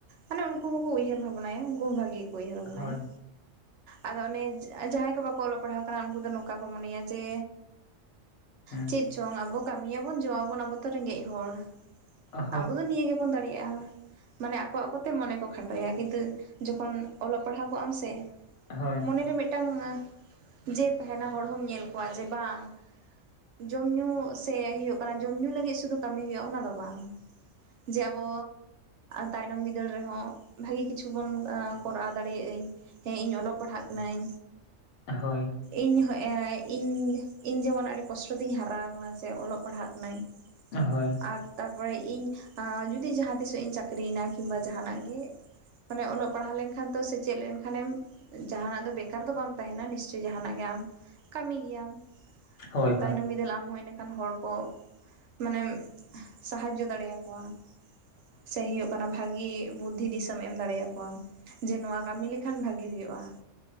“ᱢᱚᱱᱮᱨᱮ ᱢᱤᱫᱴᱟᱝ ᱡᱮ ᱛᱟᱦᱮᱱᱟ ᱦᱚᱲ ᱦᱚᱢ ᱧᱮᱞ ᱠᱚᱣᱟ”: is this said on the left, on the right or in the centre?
Right